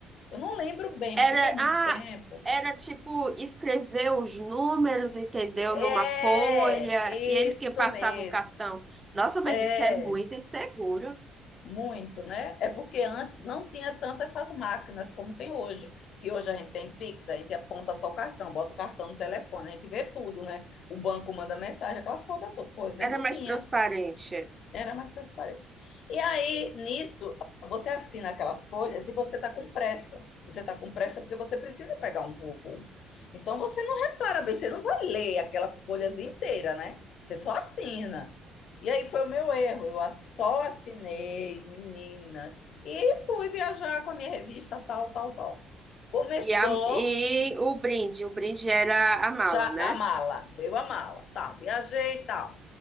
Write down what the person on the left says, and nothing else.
Eu não lembro bem,
porque faz muito
tempo.
É,
isso
mesmo.
É,
muito, né? É porque antes não tinha tantas essas máquinas como tem hoje, que hoje a gente tem Pix, a gente aponta só o cartão, bota o cartão no telefone, a gente vê tudo, né? O banco manda mensagem, aquelas toda to- coisa, e
não
tinha.
Era mais transparente. E aí, nisso, você assina aquelas folhas e você está com pressa. Você está com pressa porque você precisa pegar um voo. Então, você não repara bem, você não vai ler aquelas folhas inteiras, né? Você só assina. E aí foi o meu erro. Eu só assinei, menina. E fui viajar com a minha revista, tal, tal, tal. Começou
já
a mala. Veio a mala. Tá, viajei e tal.